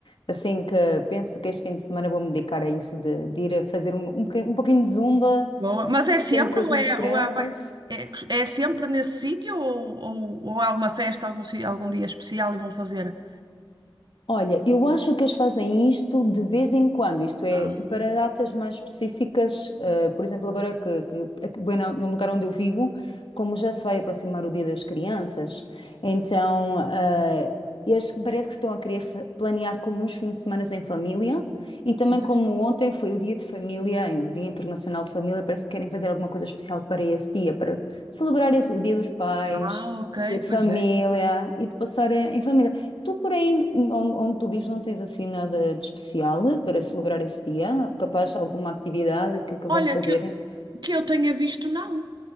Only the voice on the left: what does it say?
assim que penso que este fim de semana vou me dedicar a isso, de, de ir a fazer um, um, bocadinho, um pouquinho de zumba,
que tenho com as
minhas
crianças.
Olha, eu acho que eles fazem isto de vez em quando, isto é,
para datas mais específicas, eh, por exemplo, agora que, que aqui, bem, no no lugar onde eu vivo, como já se vai aproximar o Dia das Crianças, então eh, eles parece que estão a querer fa- planear como uns fins de semana em família e também
como ontem foi o Dia de Família, o Dia Internacional de Família, parece que querem fazer alguma coisa especial para esse dia, para celebrar esse- o Dia dos Pais,
o Dia de
Família
e de passar em em família. Tu por aí, onde, onde tu vives, não tens assim nada de especial para celebrar esse dia? Capaz alguma atividade que, que
vão fazer?